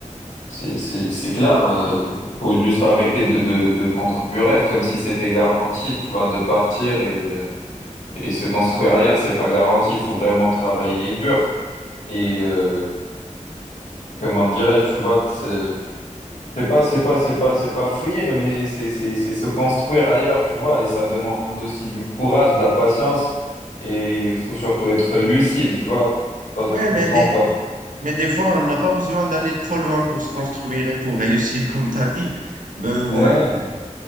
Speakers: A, on the left; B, on the right.
A: c'est, c'est, c'est clair. Euh, faut juste arrêter de, de, de vendre du rêve comme si c'était garanti, tu vois, de partir et, euh, et se construire ailleurs, c'est pas garanti. Il faut vraiment travailler dur. Et euh, comment dirais-je, tu vois, c'est c'est pas, c'est pas, c'est pas, c'est pas fuir, mais c'est c'est- c'est se construire ailleurs, tu vois. Et ça demande aussi du courage, de la patience. Et il faut surtout être lucide, tu vois. Je sais pas si
B: Ouais,
A: tu comprends
B: mais des,
A: ou pas.
B: mais des fois, on n'a pas besoin d'aller trop loin pour se construire et pour <laughs> réussir, comme tu as dit. Ben,
A: Ouais,
B: euh,